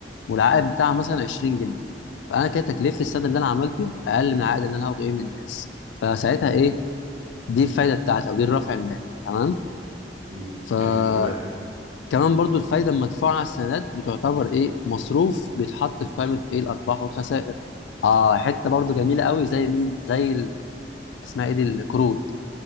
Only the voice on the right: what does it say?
مم.
حلو تمام